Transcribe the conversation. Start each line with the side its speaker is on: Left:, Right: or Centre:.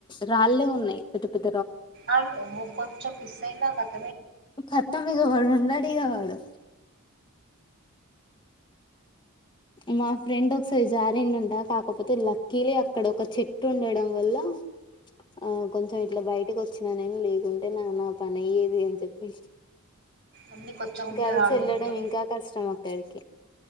Left: రాళ్ళే ఉన్నాయి పెద్ద పెద్
Right: అండ్ మో కొంచెం మిస్సైందా గన్
Left: ఖతం ఇగ పడున్ టాడిగ వాడు మా ఫ్రెండ్ ఒకసారి జారిందంట. కాకపోతే లక్కీలి అక్కడ ఒక చెట్టు ఉండడం వల్ల ఆ కొంచెం ఇట్లా బయటకి వచ్చినా నేను. లేకుంటేనా నా పని అయ్యేది అని చెప్పి,
Right: అన్ని కొచ్చగుంటాయి
Left: గర్ల్స్
Right: రాళ్ళు
Left: వెళ్ళడం
Right: మొత్తం
Left: ఇంకా కష్టం అక్ ద్దరికీ